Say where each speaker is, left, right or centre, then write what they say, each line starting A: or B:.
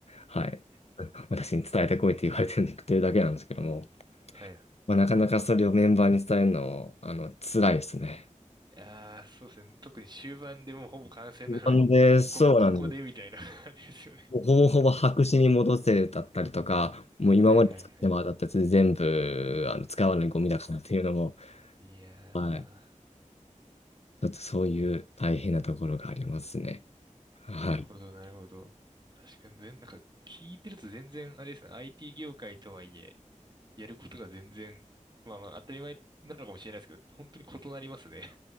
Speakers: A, on the left; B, on the right.
A: はい、
B: うんうん。
A: 私に伝えてこいって言われてるだけなんですけども、
B: はい
A: まあ、なかなかそれをメンバーに伝えるの、あの、辛いですね。
B: いやー、そうですね。特に終盤でもうほぼ完成なのに、
A: なんで、そうなんです。
B: こ、ここでみたいな <laughs> あれですよね。
A: もうほぼほぼ白紙に戻せだったりとか、もう今まで作ってもらったやつ全部、
B: はいはいはい。
A: あの、使わないゴミだからっていうのも、
B: いやー、
A: はい、ちょっとそういう大変なところがありますね。はい。
B: なるほどなるほど。確かに全、なんか聞いてると全然、あれですね。IT 業界とはいえ、やることが全然、まあまあ当たり前なのかもしれないですけど、本当に異なりますね。